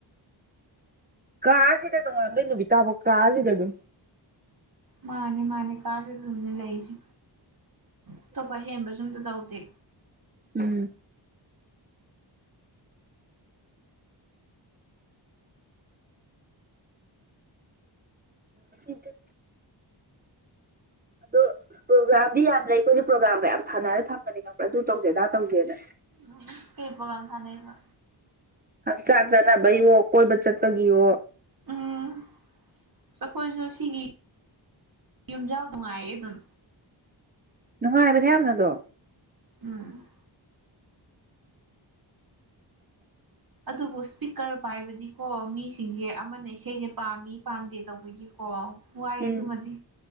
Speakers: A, on the right (about 20°); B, on the right (about 50°).
A: ꯀꯥꯁꯤꯗ ꯅꯣꯉꯥꯟꯕꯩ ꯅꯨꯕꯤꯇꯥꯥꯕꯧ ꯀꯥꯁꯤꯗ ꯑꯗꯨꯝ
B: ꯃꯥꯅꯦ ꯃꯥꯅꯦ ꯀꯥꯥꯁꯗ ꯑꯗꯨꯝꯅꯦ ꯂꯩꯁ ꯑꯇꯣꯞꯄ ꯍꯦꯟꯕ ꯁ ꯑꯝꯇ ꯇꯧꯗꯦ
A: ꯎꯝ <unintelligible> ꯁꯤꯗ ꯑꯗꯣ ꯄ꯭ꯔꯣꯒ꯭ꯔꯥꯝꯗꯤ ꯌꯥꯝ ꯂꯩ ꯑꯩꯈꯣꯏꯁꯦ ꯄ꯭ꯔꯣꯒ꯭ꯔꯥꯝꯒ ꯌꯥꯝ ꯊꯥꯅꯔ ꯊꯝꯕꯅꯤ ꯈꯄ꯭ꯔꯥ ꯑꯗꯨ ꯇꯧꯖꯦ ꯗꯥ ꯇꯧꯖꯦꯅ
B: ꯎꯝ ꯀꯩ ꯄꯣꯒꯥꯝ ꯊꯥ ꯅꯩꯕ
A: ꯍꯛꯆꯥꯡ ꯆꯥꯟꯅꯕꯒꯤꯌꯣ ꯀꯣꯏꯕ ꯆꯠꯄꯒꯤꯌꯣ
B: ꯎꯝ ꯑꯩꯈꯣꯏꯁꯨ ꯁꯤꯒꯤ ꯌꯨꯝꯖꯥꯎ ꯅꯨꯡꯉꯥꯏꯌꯦ ꯑꯗꯨꯝ
A: ꯅꯨꯡꯉꯥꯏꯕꯅꯦ ꯌꯥꯝꯅꯗꯣ
B: ꯎꯝ
A: ꯑ
B: ꯑꯗꯨꯕꯨ ꯏꯁꯄꯤꯀꯔ ꯄꯥꯏꯕꯗꯤꯀꯣ ꯃꯤꯁꯤꯡꯁꯦ ꯑꯃꯅ ꯏꯁꯩꯁꯦ ꯄꯥꯝꯃꯤ ꯄꯥꯝꯗꯦ ꯇꯧꯕꯒꯤꯀꯣ ꯋꯥꯏꯑꯦ
A: ꯎꯝ
B: ꯑꯗꯨꯃꯗꯤ